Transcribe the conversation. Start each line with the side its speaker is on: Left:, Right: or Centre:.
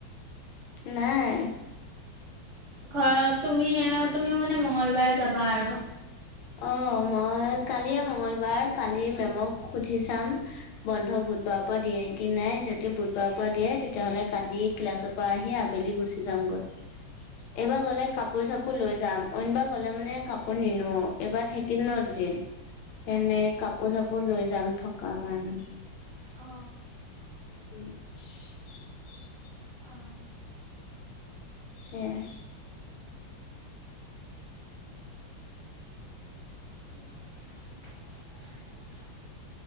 Left: নাই।
Right: ঘৰত তুমি তুমি মানে মঙ্গলবাৰে যাবা আৰু।
Left: অ, মই কালিয়ে মঙ্গলবাৰ, কালি মেমক সুধি চাম বন্ধ বুধবাৰৰ পৰা দিয়ে নেকি নাই যদি বুধবাৰৰ পৰা দিয়ে তেতিয়াহ'লে কালি ক্লাছৰ পৰা আহি আবেলি গুচি যাম। যামগৈ। এইবাৰ
Right: অঁ
Left: গ'লে কাপোৰ চাপোৰ লৈ যাম। অইনবাৰ গ'লে মানে কাপোৰ নিনো এবাৰ থাকিম ন দুদিন। এনে কাপোৰ চাপোৰ লৈ যাম থকা কাৰণে।
Right: অ।
Left: <unintelligible>
Right: অ'।
Left: সেয়াই।
Right: <unintelligible>